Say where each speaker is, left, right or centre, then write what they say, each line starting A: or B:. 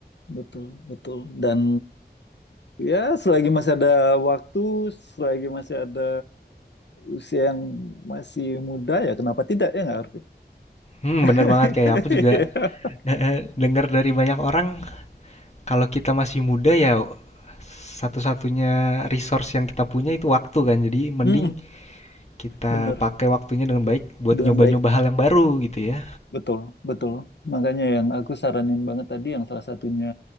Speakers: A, on the left; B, on the left.
A: betul betul dan Ya, selagi masih ada waktu, selagi masih ada usia yang masih muda, ya kenapa tidak ya nggak Arfi?
B: Hmm, bener
A: <laughs>
B: banget kayak aku juga <laughs> dengar dari banyak orang Kalau kita masih muda ya satu-satunya resource yang kita punya itu waktu kan. Jadi mending
A: Mm-mm,
B: kita
A: bener,
B: pakai waktunya dengan baik buat
A: dengan
B: nyoba-nyoba
A: baik.
B: hal yang baru gitu ya.
A: Betul, betul. Makanya yang aku saranin banget tadi yang salah satunya